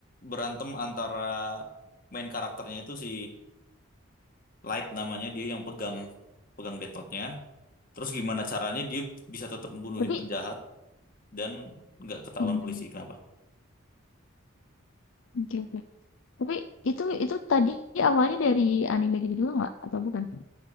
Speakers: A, on the left; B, on the left.
A: berantem antara main karakternya itu si Light namanya dia yang pegang pegang Death Note-nya. Terus gimana caranya dia bisa tetap membunuhin
B: Tapi
A: penjahat dan nggak ketahuan
B: mhm,
A: polisi. Kenapa?
B: oke oke. Tapi itu itu tadi awalnya dari anime gitu juga nggak atau bukan?